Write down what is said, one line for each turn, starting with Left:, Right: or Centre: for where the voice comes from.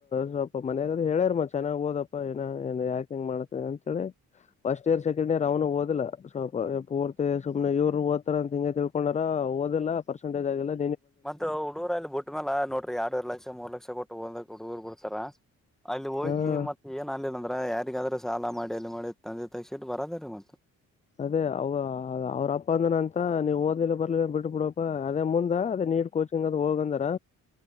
Left: ಸ್ವಲ್ಪ ಮನ್ಯಾಗಾದ್ ಹೇಳ್ಯಾರ ಮತ್ ಚೆಾಗ್ ಹಓದ. ಾ ಏ ಏ ಯಾಕ ಹೆಂಗ್ ಮಾಡ್ತ ಅಂತ ಹೇಳಿ ಫಸ್ಟ್ ಇಯರ್ ಸೆಕೆಂಡ್ ಇಯರ್ ಅವನು ಓದಿಲ್ಲಪ. ಓಡ್ತ ಸುಮ್ನೆ ಇವರು ದ್ತ ಅ ಹಿಂಗಗೆ ತಿಳ್ಕೊಂಡಾರ ಓದಿಲ್ಲಲ್ಲ ಪರ್ಸೆಟೇಜ್ ಆಗಿಲ್ಲಲ್ಲ.
Centre: ಮತ್ತತ್ ಹುಡುೂರ್ಲ್ಲಿ ಬಿಟ್ಟ್ಮೇಲ್ಲ ನೋಡ್ರಿ ಎರಡು ಎರಡು ಲಕ್ಷ ಮೂರ್ ಲಕ್ಷ ಕೊಟ್ಟು ಹಓದಕ್ ಹುಡುಗೂರ್ ಬಿಡ್ತಾರ. ಅಲ್ಲಿ ಹೋಗಿ
Left: ಹಾ
Centre: ಮತ್ತತ್ ಏನ್ ಆನ್ಲಿಲ್ಲ ಅಂದ್ರ ಯಾರಿಗಾದ್ರೂ ಸಾಲ ಮಾಡಿ ಅಲ್ಲಿ ಮಾಡಿದ. ತಂದೆ ತಾಯಿಗೆ ಶಿಟ್ ಬರದ ರೀ ಮತ್ತ.
Left: ಅದೇ ಅವ ಅವ್ರಪ್ಪ ಅಂದನ ಅಂತ ನೀವು್ ಓದ್ಲಿಲ್ಲ ಬರ್ಲಿಲ್ಲ ಬಿಟ್ಟ ಬಿಡಪ್ಪ ಅದೇ ಮುಂದ ಅದೇ. ನೀಟ್ ಕೋಚಿಂಗ್ ಹೋಗಾಂದರ್